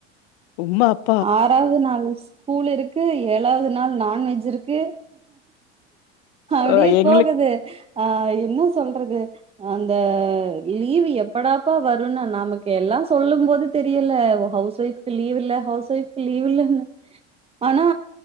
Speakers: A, on the left (about 60°); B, on the right (about 15°).
A: உம்மாப்
B: ஆறாவது நாள் ஸ்கூல் இருக்கு ஏழாவது நாள் நான்வெஜ் இருக்கு அப்டியே
A: அ எங்களுக்கு
B: போகுது ஆ என்ன சொல்றது அந்த லீவ் எப்படாப்பா வருன்னு நமக்கு எல்லா சொல்லும் போது தெரியல ஹவுஸ் ஒயஃப்கு லீவ் இல்ல ஹவுஸ் ஒயஃப்கு லீவ் இல்லன்னு ஆனா